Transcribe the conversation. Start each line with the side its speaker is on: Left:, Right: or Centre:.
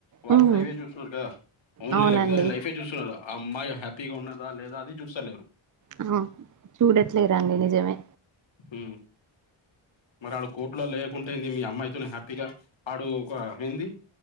Left: వాళ్ళు
Right: ఉమ్
Left: కూడా ఇవే చూస్తురు కదా ఓన్లీ
Right: అవునండి
Left: లాగ్జరి లైఫే చూస్తున్నారు ఆ అమ్మాయి హ్యాపీగా ఉన్నదా లేదా అది చూస్తలేరు
Right: అ చూడట్లేరే రండి నిజమే
Left: ఉ మరి ఆడు కోర్టులో లేకుంటేంది మీ అమ్మాయితో హ్యాపీగా ఆడు ఒక ఏంది